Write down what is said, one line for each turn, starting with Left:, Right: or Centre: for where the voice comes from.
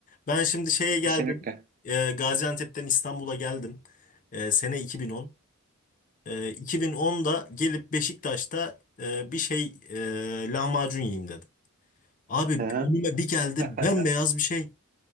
Left: Ben şimdi şeye geldim.
Right: Kesinlikle.
Left: e, Gaziantep'ten İstanbul'a geldim. E, sene 2010. E, 2010'da gelip Beşiktaş'ta e, bir şey e, lahmacun yiyeyim dedim. Abi
Right: Hı hı.
Left: önüme bir geldi
Right: <laughs>
Left: bembeyaz bir şey.